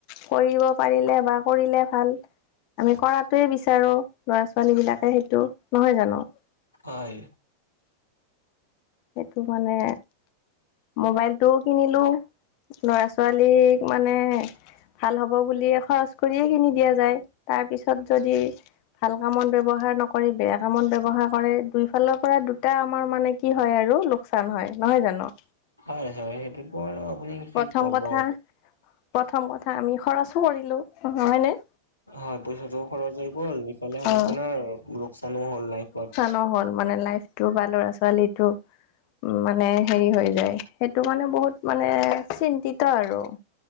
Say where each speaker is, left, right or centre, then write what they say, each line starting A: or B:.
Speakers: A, on the left; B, on the left.
A: কৰিব পাৰিলে বা কৰিলে ভাল। আমি কৰাটোৱে বিচাৰো ল'ৰা-ছোৱালী বিলাকে সেইটো নহয় জানো।
B: হয়।
A: সেইটো মানে মোবাইলটোও কিনিলো। লৰা-ছোৱালীক মানে ভাল হ'ব বুলিয়ে খৰচ কৰিয়ে কিনি দিয়া যায় তাৰ পিছত যদি। ভাল কামত ব্যৱহাৰ নকৰি বেয়া কামত ব্যৱহাৰ কৰে দুই ফালৰ পৰা দুটা আমাৰ মানে কি। কি হয় আৰু লোকচান হয় নহয় জানো।
B: হয়, হয় সেইটোকো আৰু আপুনি। কি
A: প্ৰথম
B: ক'ব।
A: কথা প্ৰথম কথা আমি খৰচো কৰিলো নহয় নে?
B: হয়, পইচাটোও খৰচ হৈ গ'ল ইফালে
A: অ
B: আপোনাৰ লোকচানো হ'ল লাইফত।
A: নহ'ল মানে লাইফ। টো বা ল'ৰা-ছোৱালীটো মানে হেৰি হৈ যায় সেইটো মানে বহুত মানে চিন্তিত আৰু